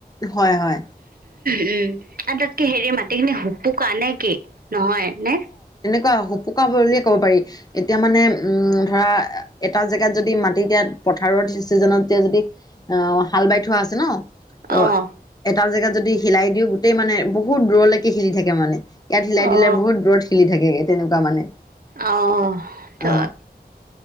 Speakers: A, on the left; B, on the right.
A: হয় - হয়।
B: উম, আৰু তাতকৈ হেৰি মাটিখিনি সোপোকা নে কি নহয় নে?
A: কা সোপোকা বুলিয়ে ক'ব পাৰি, এতিয়া মানে উম, ধৰা এটা জেগাত যদি মাটি দিয়াত পথাৰৰ চিজনত এতিয়া যদি অ, হাল বাই থোৱা আছে ন ত
B: অহ ',
A: এটা জেগাত যদি হিলাই দিও গোটেই মানে বহুত দূৰলৈকে হিলি থাকে মানে ইয়াত হিলাই
B: অ
A: দিলে বহুত খেলি থাকেগে তেনেকুৱা মানে
B: আহ, ত
A: অ